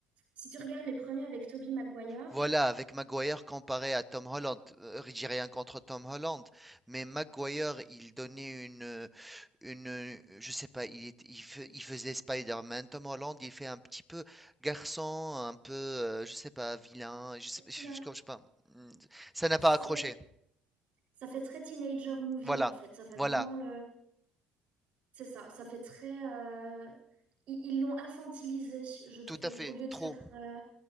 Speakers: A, on the right; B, in the centre.
A: Si tu regardes les premiers avec Tobey Maguire,
B: Voilà, avec Maguire comparé à Tom Holland, euh, j'ai rien contre Tom Holland, mais Maguire, il donnait une, une, euh, je sais pas, il, est- il, fai- il faisait Spider-Man, Tom Holland, il fait un petit peu garçon, un peu, euh, je sais pas, vilain, je sais, je,
A: bah,
B: je- je sais pas, Mm, ça n'a
A: c'est-
B: pas accroché.
A: ouais, ça fait très teenager movie
B: Voilà,
A: en fait. Ça fait
B: voilà.
A: vraiment le. C'est ça, ça fait très. euh, Ils ils l'ont infantilisé, je trouve,
B: Tout à fait,
A: au lieu de
B: trop.
A: faire. euh,